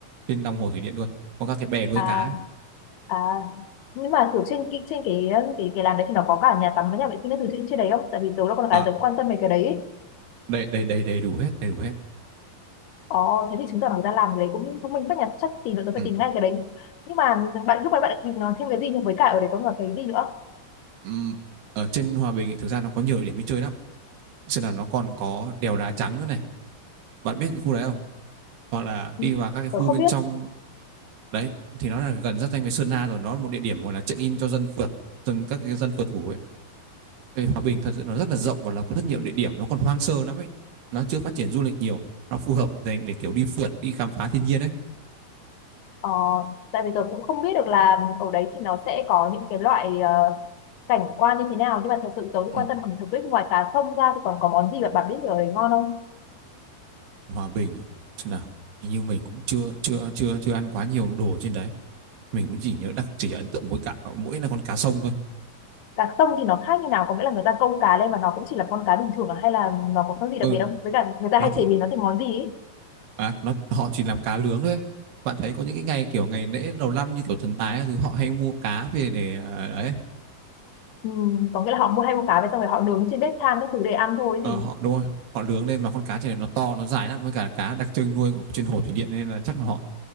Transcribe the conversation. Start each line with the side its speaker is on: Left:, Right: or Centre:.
Right: trên lòng hồ thủy điện luôn có các cái bè nuôi
Left: à
Right: cá ấy.
Left: à nhưng mà kiểu trên cái trên cái cái cái làm đấy thì nó có cả nhà tắm với nhà vệ sinh các thứ trên trên đấy không tại vì tớ là con gái
Right: À,
Left: tớ cũng quan tâm về cái đấy ấy.
Right: đầy đầy đầy đầy đủ hết đầy đủ hết
Left: ồ thế thì chứng tỏ là người ta làm cái đấy cũng thông minh các nhà chắc tìm được tớ phải
Right: ừ.
Left: tìm ngay cái đấy nhưng mà bạn lúc nãy bạn định nói thêm cái gì nhưng với cả ở đấy có còn cái gì nữa
Right: Ừ. ở trên Hòa Bình ấy, thực ra nó có nhiều địa điểm đi chơi lắm xem nào nó còn có đèo đá trắng nữa này bạn biết cái khu đấy không hoặc là
Left: Ừ,
Right: đi vào các cái khu
Left: tớ không
Right: bên
Left: biết
Right: trong đấy thì nó là gần giáp danh với Sơn La rồi nó là một địa điểm gọi là check in cho dân phượt dân các cái dân phượt ngủ ấy Vì Hòa Bình thật sự nó rất là rộng và nó có rất nhiều địa điểm nó còn hoang sơ lắm ấy nó chưa phát triển du lịch nhiều nó phù hợp dành để kiểu đi phượt đi khám phá thiên nhiên đấy.
Left: Ờ, tại vì tôi cũng không biết được là ở đấy thì nó sẽ có những cái loại ờ, cảnh quan như thế nào nhưng mà thật sự tôi cũng
Right: ừ.
Left: quan tâm ẩm thực ấy ngoài cá sông ra thì còn có món gì mà bạn biết ở đấy ngon không
Right: Hòa Bình à thế nào hình như mình cũng chưa chưa chưa chưa ăn quá nhiều đồ trên đấy mình cũng chỉ nhớ đặc chỉ ấn tượng mỗi cả mỗi là con cá sông thôi
Left: cá sông thì nó khác như nào có nghĩa là người ta câu cá lên và nó cũng chỉ là con cá bình thường à? hay là nó có cái gì đặc
Right: ừ
Left: biệt không với cả người ta
Right: nó
Left: hay
Right: cũng
Left: chế biến nó thành món gì ấy?
Right: à, nó họ chỉ làm cá lướng thôi bạn thấy có những cái ngày kiểu ngày lễ đầu năm như kiểu thần tài thứ họ hay mua cá về để à, đấy
Left: Ừ, có nghĩa là họ mua hay mua cá về xong rồi họ nướng trên bếp than các thứ để ăn thôi ấy
Right: Ờ,
Left: gì
Right: họ đúng rồi họ lướng lên mà con cá trên này nó to nó dài lắm với cả cá đặc trưng nuôi của trên hồ thủy điện nên là chắc là họ